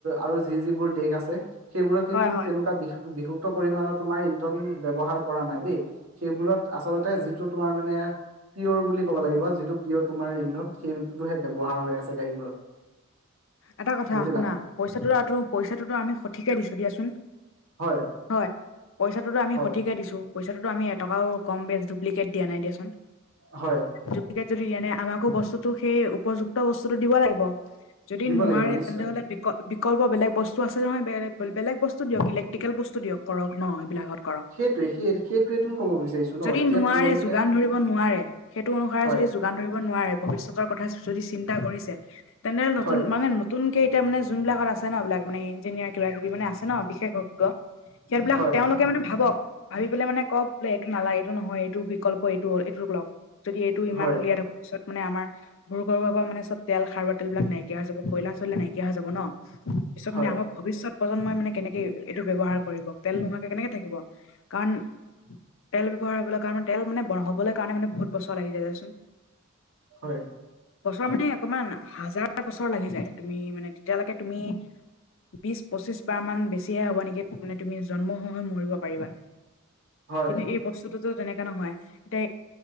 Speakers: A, on the right (about 85°); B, on the left (about 65°).
A: আৰু যি‌ যিবোৰ দেশ আছে সেইবোৰত কিন্তু
B: হয় হয়
A: তেনেকুৱা বিষুক্ত পৰিমাণৰ তোমাৰ ইন্ধন ব্যৱহাৰ কৰা নাই দেই, সেইবোৰত আচলতে যিটো তোমাৰ মানে পিয়ৰ বুলি ক'ব লাগিব, যিটো পিয়ৰ তোমাৰ ইন্ধত সেইটোহে ব্যৱহাৰ হৈ আছে গাড়ীবোৰত।
B: এটা কথা
A: বুজিলা
B: শুনা পইচাটো-পইচাটোতো আমি সঠিকে দিছোঁ দিয়াচোন।
A: হয়
B: হয়, পইচাটো আমি
A: হয়
B: সঠিকে দিছোঁ পইচাটো আমি এটকাও কম বেছ ডুপ্লিকেট দিয়া নাই দিয়াচোন।
A: হয়।
B: যুক্তিকে যদি আনে আমাকো বস্তুটো সেই উপযুক্ত বস্তুটো দিব লাগিব। যদি
A: দিব
B: নোৱাৰে
A: লাগিব নিশ্চয়
B: তেনে হ'লে বিকল বিকল্প বেলেগ বস্তু আছে নহয় বেলেগ-বেলেগ বস্তু দিয়ক ইলেক্ট্ৰিকেল বস্তু দিয়ক। কৰক ন' এইবিলাকত কৰক,
A: সেইটোৱে সেই সেইটোৱেতো ক'ব বিচাৰিছো ন
B: যদি
A: এতিয়া
B: নোৱাৰে
A: তেওঁলোকে
B: যোগান ধৰিব নোৱাৰে সেইটো অনুসাৰে
A: হয়
B: যদি যোগান ধৰিব নোৱাৰে ভৱিষ্যতৰ কথা যদি চিন্তা কৰিছে। তেন্তে
A: হয়
B: নতুন মানে নতুনকে এতিয়া মানে যোনবিলাকত আছে ন' এইবিলাক মানে ইঞ্জিনিয়াৰ কিবা কিবি মানে আছে ন' বিশেষজ্ঞ সিহঁতবিলাক
A: হয়
B: তেওঁলোকে মানে ভাবক ভাবি পেলাই মানে কওক বোলে এইটো নালাগে এইটো নহয় এইটো বিকল্প এইটো হ'ল এইটোক লগ। যদি এইটো ইমান
A: হয়
B: উলিয়াই থাকোঁ, পিছত মানে আমাৰ ভূগৰ্ভৰ পৰা মানে চব তেল সাৰুৱা তেলবিলাক নাইকিয়া নাইকিয়া হৈ যাব কয়লা চৈলা নাইকিয়া হৈ যাব ন' পিছত মানে
A: হয়
B: আমাৰ ভৱিষ্যত প্ৰজন্মই মানে কেনেকে এইটো ব্যৱহাৰ কৰিব, তেল নোহোৱাকে কেনেকে থাকিব কাৰণ তেল ব্যৱহাৰ হ'বলৈ কাৰণে তেল মানে হ'বলৈ কাৰণে মানে বহুত বছৰ লাগি যায় দিয়াচোন।
A: হয়।
B: বছৰ মানে তোমাৰ হাজাৰ বছৰ লাগি যায় তুমি মানে তেতিয়ালৈকে তুমি বিশ পঁচিশ বাৰ মান বেছিহে হ'ব নেকি মানে তুমি জন্ম হৈ-হৈ মৰিব পাৰিবা।
A: হয়
B: কিন্তু এই বস্তুটোতো তেনেকা নহয়, তে